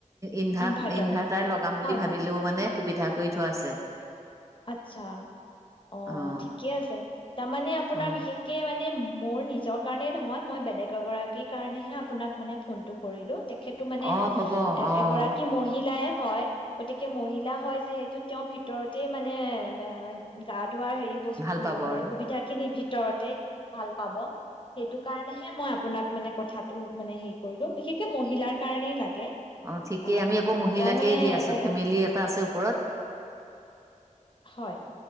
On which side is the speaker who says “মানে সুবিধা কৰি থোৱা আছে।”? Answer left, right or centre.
Right